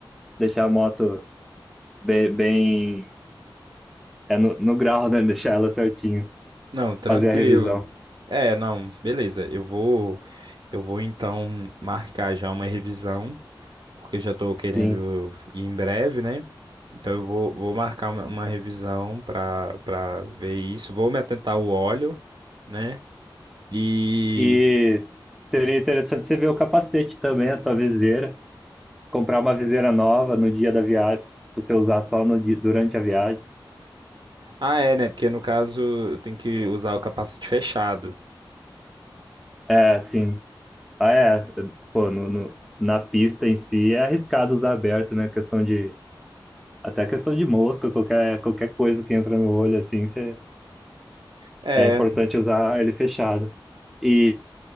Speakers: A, in the centre; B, on the right (about 65°).
A: deixar a moto bem, bem é no, no grau, né? <laughs> Deixar ela certinho,
B: Não, tranquilo.
A: fazer a revisão.
B: É, não, beleza. Eu vou, eu vou então marcar já uma revisão, porque já estou querendo
A: Sim.
B: ir em breve, né? Então eu vou, vou marcar uma, uma revisão para para ver isso. Vou me atentar ao óleo, né? E.
A: E seria interessante você ver o capacete também, a sua viseira. Comprar uma viseira nova no dia da viagem, pra você usar só no, dia- durante a viagem
B: Ah, é, né? Porque no caso eu tenho que usar o capacete fechado.
A: É, sim. Ah, é. Pô, no, no- na pista em si é arriscado usar aberto, né? Questão de. Até questão de mosca, qualquer, qualquer coisa que entra no olho, assim, cê-
B: É,
A: é importante usar ele fechado. E